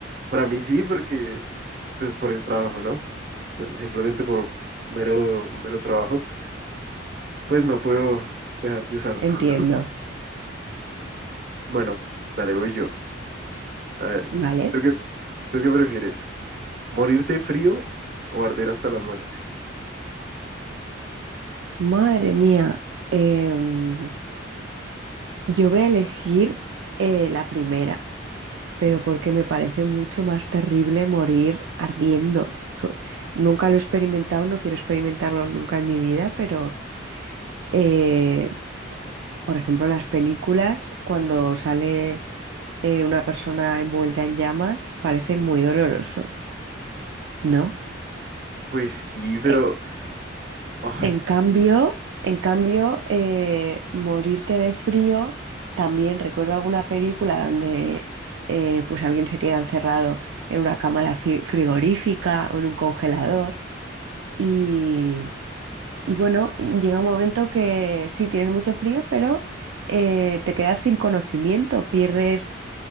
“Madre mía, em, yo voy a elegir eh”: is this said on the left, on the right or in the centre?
Right